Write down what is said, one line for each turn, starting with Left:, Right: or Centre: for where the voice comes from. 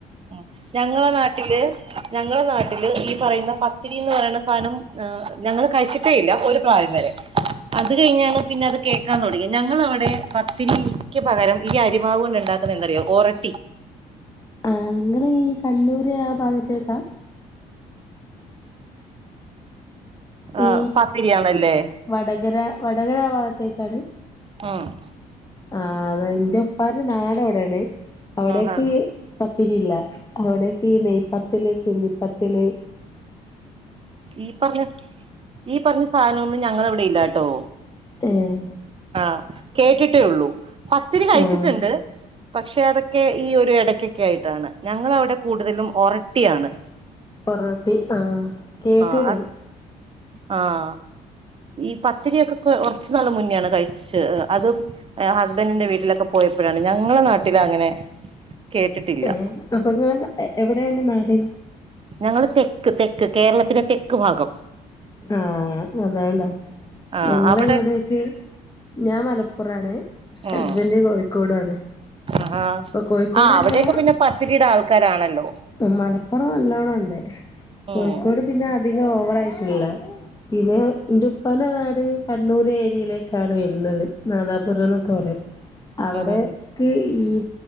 Right: ഉം ഞങ്ങള നാട്ടില് ഞങ്ങള നാട്ടില് ഈ പറയുന്ന പത്തിരിന്ന് പറയുന്ന സാധനം ഞങ്ങൾ കഴിച്ചിട്ടേ ഇല്ല ഒരു പ്രായം വരെ അത് കഴിഞ്ഞാണ് പിന്നെ അത് കേൾക്കാൻ തുടങ്ങിയത് ഞങ്ങളവിടെ പത്തിരിക്ക് പകരം ഈ അരിമാവ് കൊണ്ട് ഉണ്ടാക്കി എന്താന്നറിയോ ഓരട്ടി
Left: ആഹ് ഇങ്ങളീ കണ്ണൂര് ആ ഭാഗത്തേക്കാ?
Right: ആഹ്
Left: ഈ
Right: പത്തിരിയാണല്ലേ
Left: വടകര, വടകര ഭാഗത്തേക്കാണ്?
Right: ആഹ്
Left: ആഹ് അത് എൻ്റെ ഉപ്പാന്റെ നാടവിടെയാണ്. അവിടേക്ക്,
Right: ആഹാ
Left: പത്തിരിയില്ല, അവിടക്കെ ഈ നെയ്പ്പത്തില്ല്, കുഞ്ഞിപ്പത്തില്ല്,
Right: ഈ പറഞ്ഞ ഈ പറഞ്ഞ സാധനൊന്നും ഞങ്ങളവിടെ ഇല്ലാട്ടോ.
Left: ഏഹ്
Right: ആഹ് കേട്ടിട്ടെയൊള്ളു. പത്തിരി കഴിച്ചിട്ടിണ്ട്,
Left: ആഹ്
Right: പക്ഷെ അതൊക്കെ ഈ ഒരു ഇടയ്ക്കൊക്കെ ആയിട്ടാണ് ഞങ്ങളവിടെ കൂടുതലും ഉറട്ടിയാണ്.
Left: പൊറോട്ടി ആഹ് കേട്ട്ണ്
Right: ആഹ് അത് ആഹ് ഈ പത്തിരിയൊക്കെ കുറച്ച് നാള് മുന്നെയാണ് കഴിച്ച് അതും ഹസ്ബൻഡിന്റെ വീട്ടിലൊക്കെ പോയപ്പോഴാണ് ഞങ്ങള നാട്ടിൽ അങ്ങനെ കേട്ടിട്ടില്ല.
Left: ഏ <unintelligible> എവിടെയാണ് നാട്?
Right: ഞങ്ങള് തെക്ക് തെക്ക് കേരളത്തിന്റെ തെക്ക് ഭാഗം.
Left: ആഹ് അതോണ്ട.
Right: ആഹ്
Left: ഞങ്ങള
Right: അവിടെ
Left: ഇവിടെക്കെ ഞാൻ മലപ്പുറാണ്, ഹസ്ബൻഡ്
Right: ഉം
Left: കോഴിക്കോടാണ്.
Right: ആഹാ
Left: ഇപ്പൊ കോഴിക്കോടെന്നെ
Right: ആഹ് അവിടെയൊക്കെ പിന്നെ പത്തിരിയുടെ ആൾക്കാരാണല്ലോ.
Left: മലപ്പുറം നല്ലോണം ഉണ്ട് കോഴിക്കോട്
Right: ഉം
Left: പിന്നെ അധികം ഓവറായിട്ടില്ല. പിന്നെ എൻ്റെ ഉപ്പാൻ്റെ നാട് കണ്ണൂര് ഏരിയയിലേക്കാണ് വരുന്നത് നാദാപുരന്നൊക്കെ പറയും, അവിടെ
Right: ഉം
Left: ക്ക് ഈ